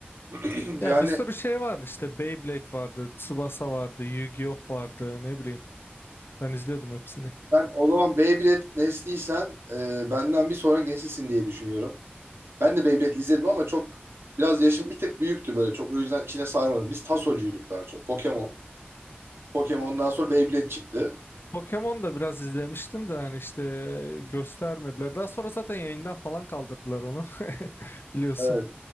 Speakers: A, on the right; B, on the left.
A: <clears throat>
B: Ya
A: yani
B: bir sürü şey vardı işte Beyblade vardı, Tsubasa vardı, Yu-Gi-Oh vardı ne bileyim. Ben izliyordum hepsini.
A: ben o zaman Beyblade nesliysen e, benden bir sonraki nesilsin diye düşünüyorum. Ben de Beyblade izledim ama çok biraz yaşım bir tık büyüktü böyle. Çok o yüzden içine sarmadım. Biz Tasocuyduk daha çok. Pokemon. Pokemon'dan sonra Beyblade çıktı.
B: Pokemon da biraz izlemiştim de hani işte göstermediler. Daha sonra zaten yayından falan kaldırdılar onu <laughs> biliyorsun.
A: Evet.